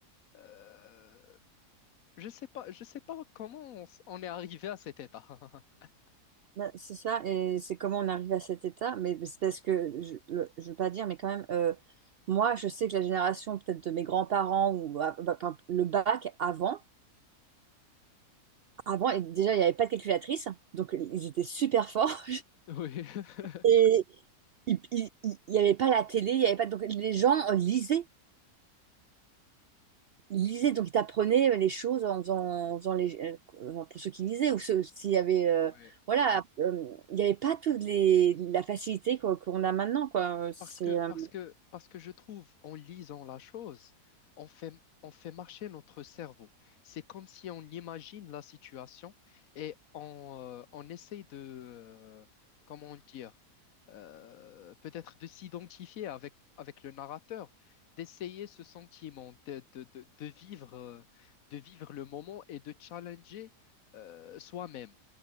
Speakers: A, on the left (about 65°); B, on the right (about 80°).
A: euh, je sais pas, je sais pas comment on, s- on est arrivé à cet état. <laughs>
B: Ben, c'est ça, et c'est comment on arrive à cet état, mais c'est parce que, je ne veux pas dire, mais quand même, euh, moi, je sais que la génération peut-être de mes grands-parents, ou ah, bah, par exemple, le bac avant, avant, et déjà, il n'y avait pas de calculatrice, donc ils étaient super forts,
A: Oui. <laughs>
B: <laughs> et il n'y avait pas la télé, il y avait pas, donc les gens euh, lisaient, ils lisaient, donc ils t'apprenaient les choses en faisant, en faisant les, euh, enfin, pour ceux qui lisaient, ou ceux, s'il y avait, euh,
A: Ouais.
B: voilà, euh, il n'y avait pas toute les, la facilité qu'on qu'on a maintenant, quoi, c'est...
A: Parce que,
B: euh,
A: parce que, parce que je trouve, en lisant la chose, on fait, on fait marcher notre cerveau. C'est comme si on imagine la situation et on, euh, on essaye de, euh, comment dire, euh, peut-être de s'identifier avec, avec le narrateur, d'essayer ce sentiment, de, de, de, de vivre, euh, de vivre le moment et de challenger, euh, soi-même.